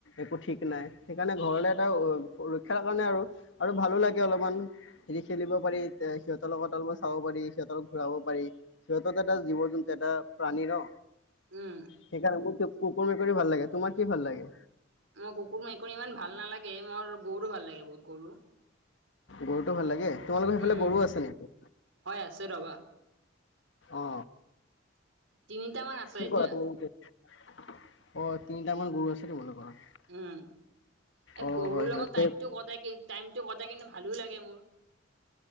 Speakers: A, on the left (about 70°); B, on the right (about 80°).
A: একো ঠিক নাই সেইকাৰণে ঘৰলৈ এটা সুৰক্ষাৰ কাৰণে আৰু আৰু ভালোঁ লাগে অলপমান খেলি খেলিব পাৰি এ সিহঁতৰ লগত অলপ চাব পাৰি সিহঁতক ঘূৰাব পাৰি সিহঁতক এটা জীৱ জন্তু এটা প্ৰাণী ন
B: উম
A: সেইকাৰণে মোৰ কুকুৰ মেকুৰী ভাল লাগে তোমাৰ কি ভাল লাগে
B: মোৰ কুকুৰ মেকুৰী ইমান ভাল নালাগে মোৰ গৰু ভাল লাগে বহুত গৰু
A: গৰুটো ভাল লাগে তোমালোকৰ সেইফালে
B: উম
A: গৰু আছে নেকি
B: হয় আছে ৰবা
A: অ
B: তিনিটা মান আছে
A: কি
B: এতিয়া
A: কৰা তোমালোকে অ তিনিটামান গৰু আছে তোমালোকৰ
B: উম এ
A: অ',
B: গৰুৰ
A: হয়
B: লগত
A: হয়
B: টাইমটো
A: তে
B: কটাই কি টাইমটো কটাই কিনে ভালো লাগে মোৰ